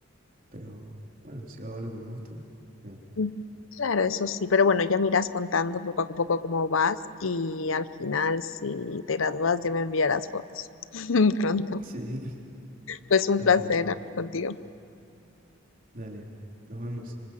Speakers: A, on the right (about 45°); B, on the left (about 75°).
A: Pero bueno, si hago lo que me gusta, bien.
B: Ujú. Claro, eso sí, pero bueno, ya me irás contando poco a poco cómo vas y al final, si te gradúas, ya me enviarás fotos <laughs> pronto.
A: <laughs> Sí,
B: Pues un
A: Tal
B: placer
A: cual.
B: hablar contigo.
A: Dale, nos vemos.